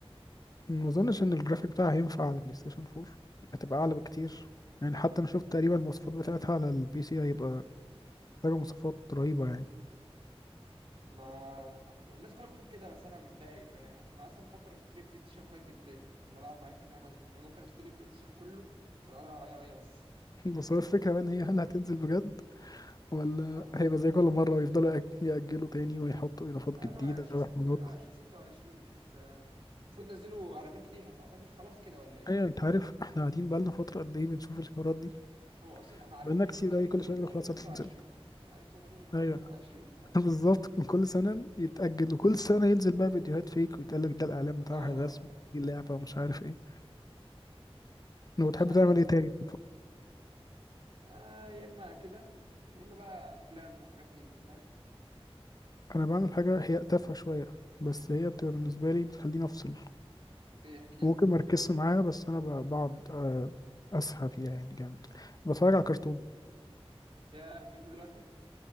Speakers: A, on the left; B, on the right.
A: ما اظنش ان الجرافيك بتاعها هينفع على البلاي ستيشن 4 هتبقى اعلى بكتير يعني حتى انا شفت تقريبا المواصفات بتاعتها على البي سي هيبقى محتاجة مواصفات رهيبة يعني
B: ما الناس كلها بتقول كده بس انا متضايق له يعني انا اصلا بفكر اشتري بلاي ستيشن 5 جديا انا بعد ما عرفت انها نازله يعني ممكن اشتري بلاي ستيشن كله عشان اقدر العب عليها هي بس
A: <laughs> بس هو الفكرة بقى ان هي هل هتنزل بجد ولا
B: هو-
A: هيبقى زي كل مرة ويفضلوا يأج- يأجلوا تاني ويحطوا إضافات
B: هم قالوا
A: جديدة
B: 20
A: وحوارات
B: ست... قالوا 2026 بس آه، المفروض نزلوا اعلانات ليها فاعتقد خلاص كده ولا ايه
A: أيوة أنت عارف احنا قاعدين بقالنا فترة قد إيه بنشوف الحوارات دي
B: هو اصلا انا عرفت
A: بقالنا
B: ان
A: كتير
B: هي تبدا
A: أوي
B: تنزل
A: كل شوية يقولوا
B: من 2023
A: خلاص هتنزل
B: انا عرفت ان هي تنزل من 2023
A: أيوة <laughs>
B: فاهم
A: بالظبط من كل سنة يتأجل وكل سنة ينزل بقى فيديوهات فيك ويتقال لك ده الإعلان بتاعها
B: اه
A: الرسمي
B: اه
A: دي اللعبة ومش عارف إيه لو بتحب
B: مش عارف
A: تعمل إيه تاني
B: آه يا اما كده يا اما بقى افلام وحاجات من دي فاهم
A: انا بعمل حاجه هي تافهه شويه بس هي بتبقى بالنسبه لي بتخليني افصل
B: ايه احكي
A: وممكن
B: لي
A: ما اركزش معاها بس انا ب- بقعد آه، اسهى فيها يعني جامد بتفرج على كرتون
B: ياه لسه دلوقتي